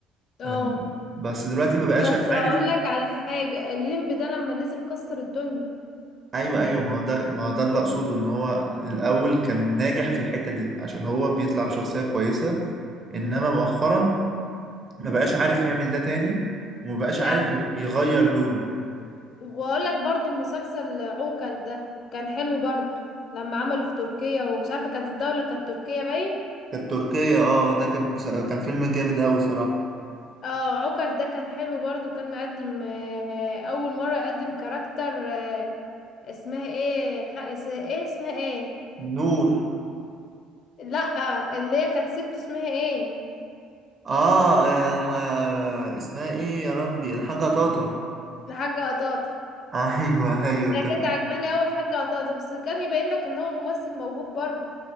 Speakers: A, on the left (about 50°); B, on the right (about 40°).
A: اه
B: أم، بس دلوقتي ما بقاش
A: بس هقول
B: عارف
A: لك على حاجة الليمب ده لما نزل كسر الدنيا
B: ايوه ايوه ما هو ده ما هو ده اللي اقصده ان هو الاول كان ناجح في الحته دي عشان هو بيطلع بشخصيه كويسه انما
A: امم
B: مؤخرا ما بقاش عارف يعمل ده تاني وما بقاش
A: يعني
B: عارف يغير لونه
A: واقول لك برضو مسلسل عوكل ده كان حلو برضو لما عمله في تركيا ومش عارفة كانت الدولة كانت تركيا باين
B: كانت تركيا اه ده كان مس- كان فيلم جامد قوي صراحه
A: اه عكر ده كان حلو برضو كان مقدم آه، آه، اول مرة يقدم كاركتر آه، اسمها ايه خ... اس- ايه اسمها ايه
B: نور
A: لا اللي هي كانت ست اسمها ايه
B: اه آه، الح- آه، اسمها ايه يا ربي الحاجه طاطا
A: الحاجة قطاطة
B: <laughs> ايوه ايوه
A: ده
B: كان
A: كانت عجباني اول حاجة قطاطة بس كان يبين لك ان هو ممثل موهوب برضو